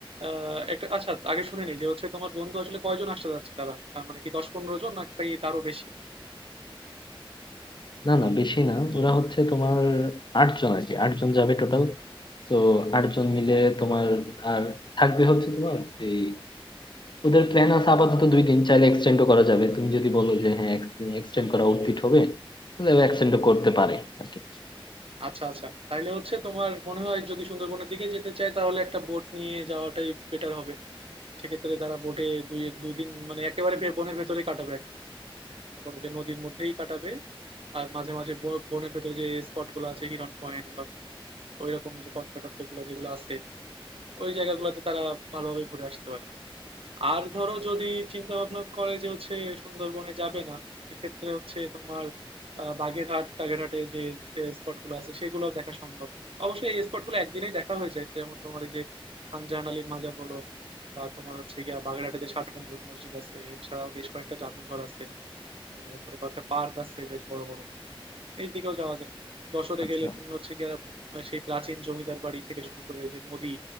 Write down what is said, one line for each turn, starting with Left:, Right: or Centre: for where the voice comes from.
Right: আহ একটা আচ্ছা আগে শুনে নিই যে হচ্ছে তোমার বন্ধু আসলে কয়জন আসতে যাচ্ছে তারা তার মানে কি দশ পনেরো জন নাকি তারও বেশি
Left: না না বেশি না ওরা হচ্ছে তোমার আটজন আর কি আটজন যাবে টোটাল তো আটজন মিলে তোমার আর থাকবে হচ্ছে তোমার এই ওদের প্ল্যান আছে আপাতত দুই দিন চাইলে এক্সটেন্ডও করা যাবে তুমি যদি বলো যে হ্যাঁ এক্সটেন্ড করা উচিত হবে তাহলে এক্সটেন্ডও করতে পারে আর কি
Right: আচ্ছা আচ্ছা তাইলে হচ্ছে তোমার মনে হয় যদি সুন্দরবনের দিকে যেতে চাই তাহলে একটা বোট নিয়ে যাওয়াটাই বেটার হবে সেক্ষেত্রে তারা বোটে দুই দুদিন মানে একেবারে বে- বনের ভেতরেই কাটাবে আর কি মনে করো যে নদীর মধ্যেই কাটাবে আর মাঝে মাঝে ব- বনের ভেতরে যে স্পট গুলো আছে হিরন পয়েন্ট বা ওইরকম যে কটকা টটকা গুলো যেগুলো আছে ওই জায়গাগুলোতে তারা ভালোভাবে ঘুরে আসতে পারে আর ধরো যদি চিন্তা ভাবনা করে যে হচ্ছে সুন্দরবনে যাবে না সেক্ষেত্রে হচ্ছে তোমার আহ, বাগেরহাট টাগেরহাটে যে স্পটগুলো আছে সেগুলো দেখা সম্ভব অবশ্যই এই স্পটগুলো একদিনেই দেখা হয়ে যায় যেমন তোমার এই যে খানজাহান আলীর মাজার বলো বা তোমার হচ্ছে গিয়া বাগেরহাটে যে ষাট গম্বুজ মসজিদ আছে এছাড়াও বেশ কয়েকটা জাদুঘর আছে আহ, এরপরে কয়েকটা পার্ক আছে বেশ বড় বড় এই দিকেও যাওয়া যায় যশোরে
Left: আচ্ছা
Right: গেলে তুমি হচ্ছে গিয়ে সেই প্রাচীন জমিদার বাড়ি থেকে শুরু করে যে নদী